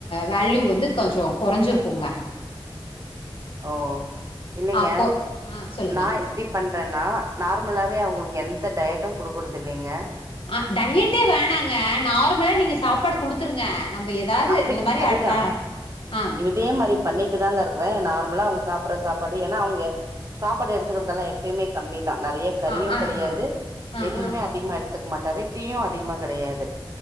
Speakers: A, on the left; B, on the right.
A: வேல்யூ வந்து கொஞ்சோ கொறஞ்சிருக்குங்க <inaudible>
B: ஓ இல்லைங்க
A: அப்போ ஆ சொல்லுங்க.
B: நா இப்டி பண்றன்னா நார்மலாவே
A: ம்.
B: அவங்குளுக்கு எந்த டயட்டு குடுக்கறதில்லைங்க
A: அ டயட்டே வேணாங்க நார்மலா நீங்க சாப்பாடு குடுத்துருங்க நம்ப ஏதாது
B: அப்டி
A: இந்த மாரி
B: அதுதா
A: அ ஆ
B: இதே மாரி பண்ணிட்டு தாங்க இருக்கற நார் முலா அவுங்க சாப்பட்ற சாப்பாடு ஏன்னா அவங்க சாப்பாடு எடுத்துக்கறதுல்லா எப்பயுமே கம்மி தா நறைய கறியு
A: ஆ ஆ
B: கடையாது
A: ஆ ஆ
B: எதுவுமே
A: ஆ
B: அதிகமா எடுத் துக் மாட்டாரு டீயு அதிகமா கடையாது